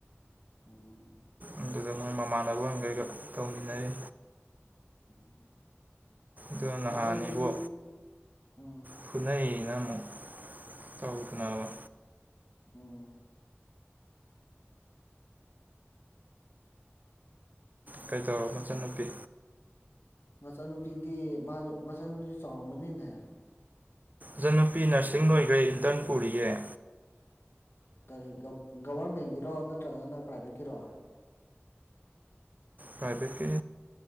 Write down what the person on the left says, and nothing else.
ꯎꯝ
ꯎꯝ
ꯃꯆꯟꯅꯨꯄꯤ ꯎꯝ
ꯑꯣ
ꯃꯆꯥꯟꯅꯨꯄꯤꯗꯤ ꯃꯥꯁꯨ ꯃꯆꯥꯅꯨꯄꯤꯁꯨ ꯆꯥꯎꯔꯝꯃꯅꯤꯅꯦ
ꯀꯔꯤ ꯒꯕꯔꯃꯦꯟꯒꯤꯔꯣ ꯅꯠꯇ꯭ꯔꯒꯅ ꯄ꯭ꯔꯥꯏꯚꯦꯠ ꯀꯤꯔꯣ